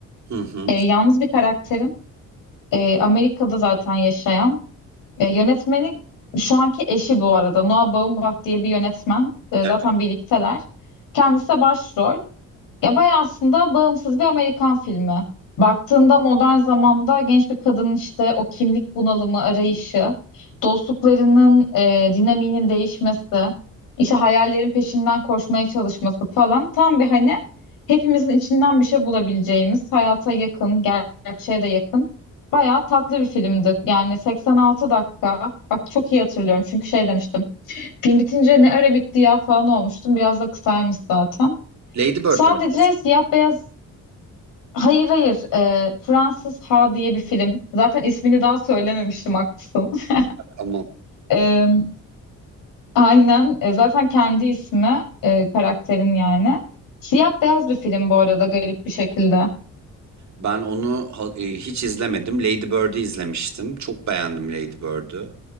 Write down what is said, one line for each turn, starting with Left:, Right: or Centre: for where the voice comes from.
Right: Hı hı.
Left: E, yalnız bir karakterin e, Amerika'da zaten yaşayan Ya yönetmeni şu anki eşi bu arada. Noah Baumbach diye bir yönetmen. E,
Right: Evet.
Left: zaten birlikteler. Kendisi de başrol. Ya bayağı aslında bağımsız bir Amerikan filmi. Baktığında modern zamanda genç bir kadının işte o kimlik bunalımı, arayışı, dostluklarının e, dinamiğinin değişmesi, işte hayallerin peşinden koşmaya çalışması falan tam bir hani hepimizin içinden bir şey bulabileceğimiz, hayata yakın, ger- gerçeğe de yakın. Bayağı tatlı bir filmdi. Yani 86 dakika. Bak çok iyi hatırlıyorum çünkü şey demiştim. Film bitince ne ara bitti ya falan olmuştum. Biraz da kısaymış zaten.
Right: Lady Bird'den
Left: Sadece siyah beyaz hayır hayır e, Fransız Ha diye bir film. Zaten ismini daha söylememiştim haklısın. <laughs>
Right: ama
Left: E, aynen E, zaten kendi ismi e, karakterin yani. Siyah beyaz bir film bu arada garip bir şekilde.
Right: Ben onu ha- e, hiç izlemedim. Lady Bird'ü izlemiştim. Çok beğendim Lady Bird'ü.